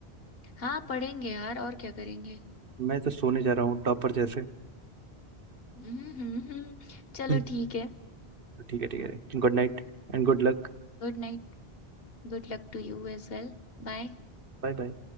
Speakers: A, on the left (about 65°); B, on the right (about 60°).
A: हाँ पढ़ेंगे यार और क्या करेंगे
B: मैं तो सोने जा रहा हूँ टॉपर जैसे
A: हम्म हम्म, हम्म। चलो
B: <laughs>
A: ठीक है
B: ठीक है ठीक है good night and good luck
A: Good night Good luck to you as well Bye
B: Bye bye